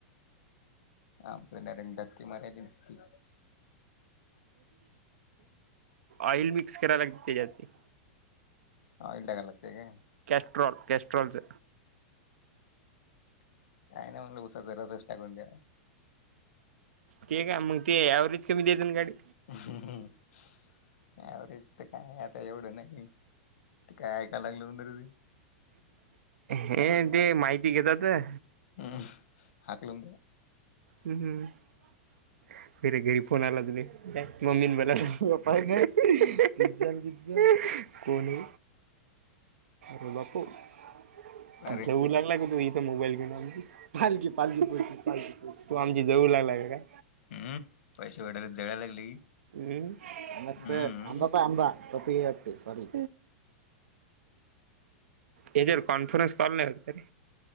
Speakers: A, on the left; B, on the right.
A: आमचं <unintelligible> <inaudible> नरकी मरा्या नकी
B: ऑइल मिक्स कराय लागेल त्याच्यात ते
A: ऑइल टाकाय लागताय काय?
B: कॅस्ट्रॉल कॅस्ट्रॉलचं
A: काय नाही म्हणलं उसाचा रसच टाकून द्या
B: ते का मग ते ऍव्हरेज कमी देते ना गाडी
A: ॲव्हरेज तर काय आता एवढं नाही ते काय ऐकायला लागलं होतं रे ते
B: हे ते माहिती घेत होतो
A: हम्म हाकलून द्या
B: हम्म हम् <unintelligible> घरी फोन आला तुही <unintelligible> मम्मी मला बापा आहे नाही <unintelligible> <inaudible> गजन ग कोणी र बापू <unintelligible>
A: अरे
B: <inaudible> जेवू लागला क तू इथ मोबाईल घेवू पालखी पालखी पालखी <unintelligible> तू आमची जळवू लागलाय काय?
A: हम्म पैसे वडायला जळायला लागले की
B: हम् नस्त
A: हम्म
B: आंबा पाय आंबा तप आट <unintelligible> सॉारी याजावर कॉन्फरन्स कॉल नाही लागत का रे?